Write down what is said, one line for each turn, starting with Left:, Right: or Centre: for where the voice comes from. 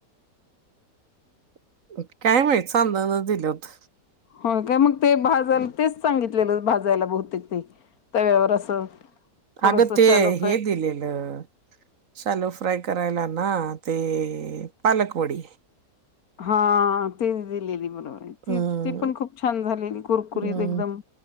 Right: <unintelligible> काय मायच चादन दिलं होते.
Left: हो काय म ते भाजाला तेच सांगितलेलं भाजायला बहुतेक ते तव्यावर असं थोडस
Right: अगं ते
Left: शॅलो फ्राय
Right: हे दिलेलं शलो फ्राय करायला ना. ते पालक वडी
Left: हा. तीत
Right: हं,
Left: ती पण खूप छान झालेली कुरकुरीत
Right: हं,
Left: एकदम